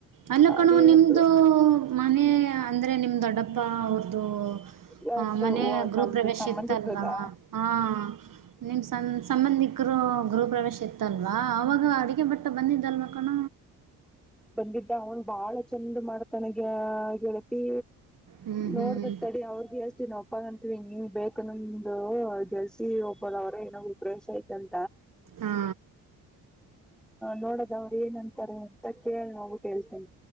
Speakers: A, on the right; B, in the centre.
A: ಅಲ್ಲ
B: ಅವ್ರು
A: ಕಣು
B: ಹೇಳ್ತ
A: ನಿಮ್ದು ಮನೆ ಅಂದರೆ ನಿಮ್ಮ ದೊಡ್ಡಪ್ಪ ಅವ್ರ್ದು
B: ಯಾರ್ದು
A: ಹ ಮನ
B: ಓ
A: ಗೃರು
B: ನಮ್ದು
A: ಪ್ರವೇಶ
B: ಸಂಬಂಧಿಕರದಾ
A: ಇತ್ತಲ್ವಾ ಹಾ ನಿಮ್ ಸಂ ಸಂಬಂಧಿ ಗರು ಗೃಹಪ ಪ್ರವೇಶ ಇತ್ತಲ್ವಾ ಅವವಾಗ ಅಡಿಗೆ ಬಟ್ಟ ಬಂದಿದ್ದಲ್ವಾ ಕಣ
B: ಬಂದಿದ್ದ ಅವನ್ ಬಾಳ ಚಂದ್ ಮಾಡ್ತನಗ ಗೆೇಳ್ತಿ
A: ಹ್ಮ್
B: ನೋಡ್ಬೇಕಕ್
A: ಹ್ಮ್
B: ಅಡಿ ಅವ್ರಗ ಹೇಳ್ತೀವಿ ನ ಹಪ್ಪಾಗಂತವಿ ನೀ ಬೇಕನ್ನೊಂದು ಜಲ್ಸಿ ಒಬ್ಬದ ಅವ್ರ ಏನಾದ್ರು ಪ್ರ್ರೇಶ್ ಆಯತಲ್
A: ಹಾ
B: ನೋಡದವರು ಏನಂತಾರೆ ಮ ಕೇಳ್ ನೋಡಬುಟ್ಕೇಳ್ತೀನಿ